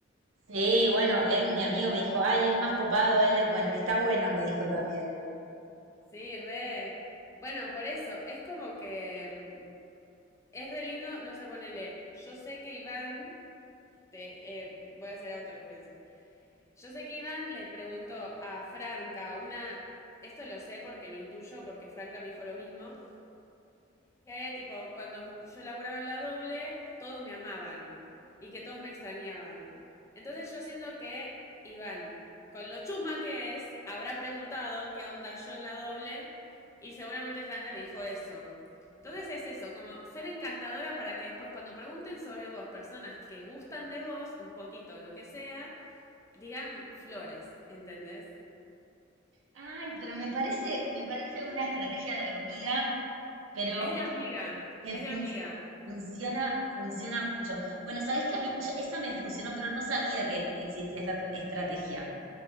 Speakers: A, on the right (about 80°); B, on the left (about 15°).
A: Sí, bueno, él, mi amigo me dijo, ay, es más copado, él, es- bueno, está bueno, me dijo también.
B: Sí, re. Bueno, por eso, es como que mm, es re lindo, no sé, ponele, yo sé que Iván, te, eh, voy a hacer autorreferencia, yo sé que Iván le preguntó a Franca una, esto lo sé porque lo intuyo, porque Franca me dijo lo mismo, y había tipo, cuando yo laburaba en la doble, todos me amaban y que todos me extrañaban. Entonces yo siento que Iván, con lo chusma que es, habrá preguntado qué onda yo en la doble y seguramente Franca le dijo eso. Entonces es eso, como ser encantadora para que después cuando pregunten sobre dos personas que gustan de vos, un poquito, lo que sea, digan flores, ¿entendés?
A: Ay, pero me parece, me parece una estrategia de hormiga, pero
B: Es de hormiga,
A: que
B: es
A: fun-
B: de hormiga.
A: funciona, funciona mucho. Bueno, sabes que a mí, yo- esta me funcionó, pero no sabía que existía esta tra- estrategia.